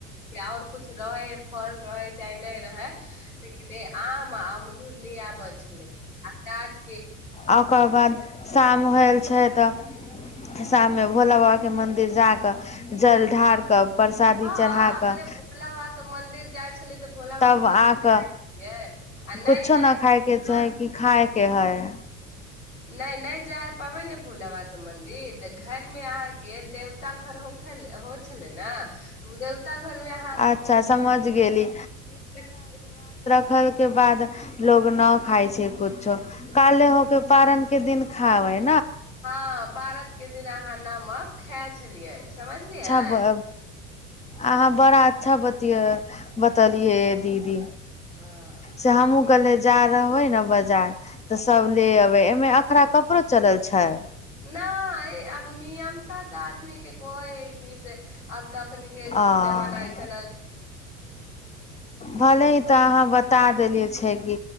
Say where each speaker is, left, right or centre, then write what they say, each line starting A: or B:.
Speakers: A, on the left; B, on the left.
A: आओर कुछ रहैय फल रहैय चाहे नहि रहैय लेकिन आम आ अमरूद ले आबै छलैय आ काट
B: आ ओकर बाद शाम होयल छैय तऽ शाममे भोला बाबा के मंन्दिर फिर जाकअ जल ढार कऽ परसादी
A: हँ
B: चढ़ा
A: अपने
B: कऽ
A: भोलाबाबा मंदिर जाइ छलैय त भोला बाबा
B: तब
A: के मंदिर
B: आ
A: जाइ
B: कऽ
A: छियैय आ नहि
B: कुछो
A: जाइ
B: न
A: छियैय
B: खाय के छै
A: ने
B: कि खाय के हइ
A: नहि नहि जाइ पबैय ने भोला बाबाके मंन्दिर तऽ घरमे अहाँके देवता घर होखेले होत छलैय ने ओ देवता घरमे अहाँ
B: अच्छा समझ गेली
A: <unintelligible>
B: खल के बाद लोग न खााय छै कुछो काले हो के पारण के दिन खााबे
A: हँ पारत एकके दिन अहाँ नमक खा छलियै समझलियै
B: ब अहाँ बड़ा अच्छा बत बतलियै दीदी
A: हँ
B: सेह हम कहल बजार रहबे ने बजार तऽ सब ले अबे एमे अखरा कपड़ो चलल छै
A: नहि आब नियमता तऽ आदमी के कहै की से आब तऽ एखन के जुग
B: आ
A: जमाना अऐसन आ
B: भले ही तऽ अहाँ बता देलियै छै कि